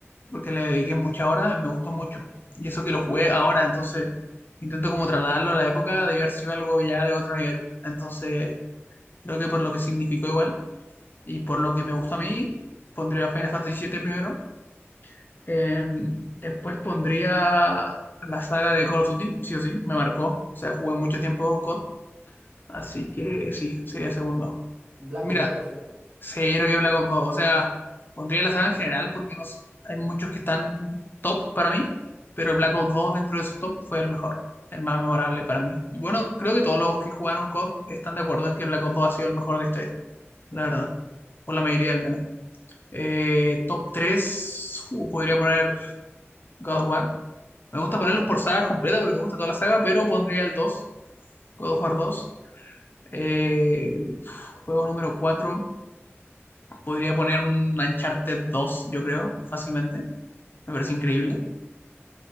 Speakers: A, on the left; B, on the right.
A: porque le dediqué mucha hora me gustó mucho. Y eso que lo jugué ahora, entonces intento como trasladarlo a la época de haber sido algo ya de otro nivel. Entonces, creo que por lo que significó igual. Y por lo que me gusta a mí, pondría Final Fantasy siete primero. Eh, después pondría la saga de Call of Duty, sí o sí, me marcó. O sea, jugué mucho tiempo COD, así que sí, sería segundo.
B: Black
A: Mira,
B: Ops dos, ¿cierto?
A: cero que Black Ops dos O sea, pondría la saga en general porque no, s- hay muchos que están top para mí, pero el Black Ops dos dentro de esos top fue el mejor, el más memorable para mí. Y bueno, creo que todos los que jugaron COD están de acuerdo en que Black Ops dos ha sido el mejor de la historia la verdad.
B: Mm.
A: O la mayoría al menos. Eh, top 3, podría poner God of War. Me gusta ponerlos por sagas completas porque me gusta toda la saga, pero pondría el 2, God of War dos. Eh, juego número 4, podría poner un Uncharted dos, yo creo, fácilmente. Me parece increíble.
B: Juegazo.